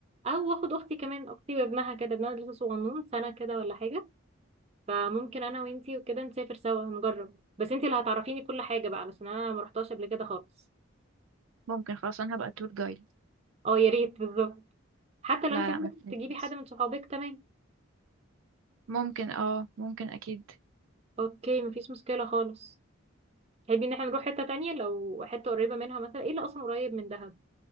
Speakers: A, on the right (about 30°); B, on the right (about 75°).
A: او اخد اختي كمان اختي وابنها كده ابنها لسه صغنون سنه كده ولا حاجه فممكن انا وانتي وكده نسافر سوا نجرب بس انتي اللي هتعرفيني كل حاجه بقى علشان انا ما رحتهاش قبل كده خالص
B: ممكن خلاص أنا هبقى تور جايد
A: اه يا ريت بالظبط حتى لو
B: لا
A: انتي
B: لا
A: عندك
B: ما تنزليش
A: تجيبي حد من صحابك تمام
B: ممكن اه ممكن أكيد
A: اوكي مفيش مشكله خالص تحبي ان احنا نروح حتة تانية لو حتة قريبة منها مثلا ايه اللي اصلا قريب من دهب